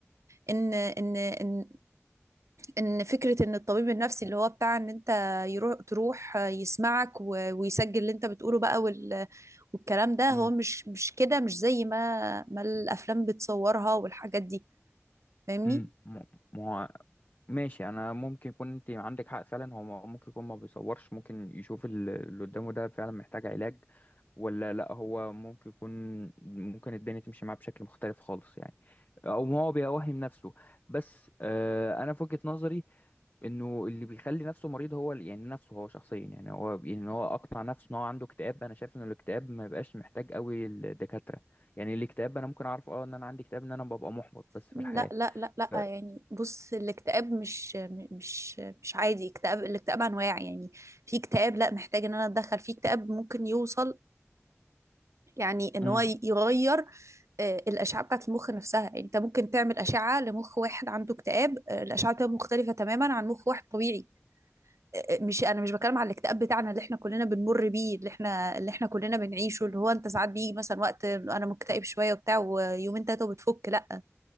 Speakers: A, on the right; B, on the left.
A: ان ان ان ان فكرة ان الطبيب النفسي اللي هو بتاع ان انت يروح تروح يسمعك و- ويسجل اللي انت بتقوله بقى وال والكلام ده
B: مم،
A: هو مش مش كده مش زي ما ما الافلام بتصورها والحاجات دي فاهمني
B: مم، مم. ماشي انا ممكن يكون انت عندك حق فعلا هو م- ممكن يكون ما بيصورش ممكن يشوف ال- اللي قدامه ده فعلا محتاج علاج ولا لا هو ممكن يكون ممكن الدنيا تمشي معاه بشكل مختلف خالص يعني او هو بيوهم نفسه بس آه انا في وجهة نظري انه اللي بيخلي نفسه مريض هو ال- يعني نفسه هو شخصيا يعني هو ان هو اقنع نفسه ان هو عنده اكتئاب انا شايف ان الاكتئاب ما بيبقاش محتاج قوي الدكاترة يعني الاكتئاب انا ممكن اعرف اه ان انا عندي اكتئاب ان انا ببقى محبط بس
A: لا
B: في الحياة
A: لا لا لا
B: ف...
A: يعني بص الاكتئاب مش مش مش عادي اكتئاب الاكتئاب انواع يعني في اكتئاب لا محتاج ان انا اتدخل في اكتئاب ممكن يوصل يعني ان
B: مم.
A: هو يغير آه، الاشعه بتاعت المخ نفسها يعني انت ممكن تعمل اشعه لمخ واحد عنده اكتئاب آه، الاشعه بتبقى مختلفه تماما عن مخ واحد طبيعي آه، آه، مش انا مش بتكلم على الاكتئاب بتاعنا اللي احنا كلنا بنمر بيه اللي احنا اللي احنا كلنا بنعيشه اللي هو انت ساعات بيجي مثلا وقت انا مكتئب شويه وبتاع ويومين تلاته وبتفك لا